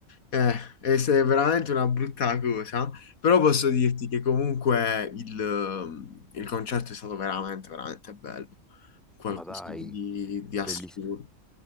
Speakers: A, on the left (about 80°); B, in the centre.
A: eh, è s- è veramente una brutta cosa, però posso dirti che comunque il, ehm, il concerto è stato veramente, veramente bello. Qualcosa
B: ma dai,
A: di, di assurdo.
B: bellissimo.